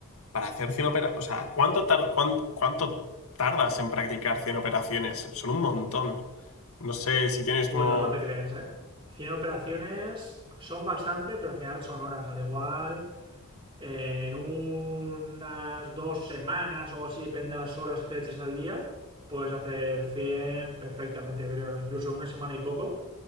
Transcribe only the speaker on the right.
Bueno,
no te creas, ¿eh? cien operaciones son bastante, pero al final son horas. Al igual, en unas dos semanas o así, depende de las horas que eches al día, puedes hacer 100 perfectamente, creo. Incluso una semana y poco